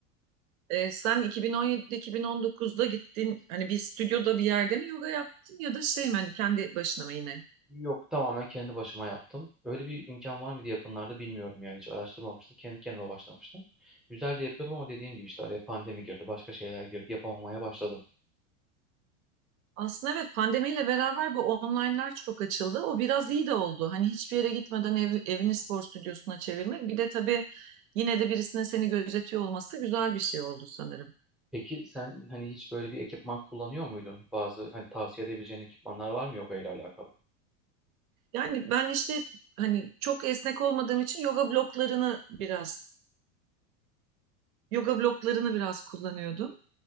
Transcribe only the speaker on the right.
Ee, sen 2017-2019'da gittin hani bir stüdyoda bir yerde mi yoga yaptın ya da şey mi hani kendi başına mı yine?
Aslında evet pandemiyle beraber bu online'lar çok açıldı. O biraz iyi de oldu. Hani hiçbir yere gitmeden ev, evini spor stüdyosuna çevirmek. Bir de tabii yine de birisinin seni gözetiyor olması güzel bir şey oldu sanırım.
Yani ben işte hani çok esnek olmadığım için yoga bloklarını biraz yoga bloklarını biraz kullanıyordum.